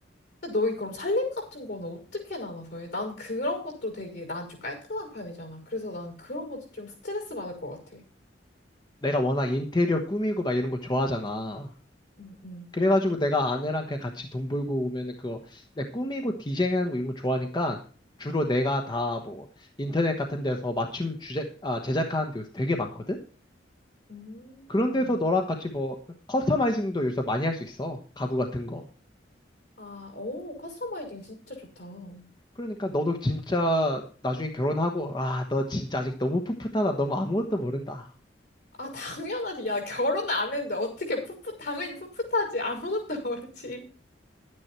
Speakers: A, on the left (about 65°); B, on the left (about 25°).
A: 근데 너희 그럼 살림 같은 거는 어떻게 나눠서 해? 난 그런 것도 되게 난 좀 깔끔한 편이잖아. 그래서 난 그런 것도 좀 스트레스 받을 것 같아.
B: 내가 워낙 인테리어 꾸미고 막 이런 거 좋아하잖아.
A: 음, 음.
B: 그래가지고 내가 아내랑 그냥 같이 돈 벌고 오면은 그거 내 꾸미고 디자인하는 거 이런 거 좋아하니까 주로 내가 다 뭐 인터넷 같은 데서 맞춤 주제, 아, 제작하는 데 요새 되게 많거든?
A: 음.
B: 그런 데서 너랑 같이 뭐 커스터마이징도 요새 많이 할 수 있어. 가구 같은 거.
A: 아, 오, 커스터마이징 진짜 좋다. 아,
B: 그러니까 너도 진짜 나중에 결혼하고, 아, 너 진짜 아직 너무 풋풋하다. 너무 아무것도 모른다.
A: <laughs> 당연하지. 야, 결혼 안 했는데 어떻게 풋풋, 당연히 풋풋하지. 아무것도 <laughs> 모르지.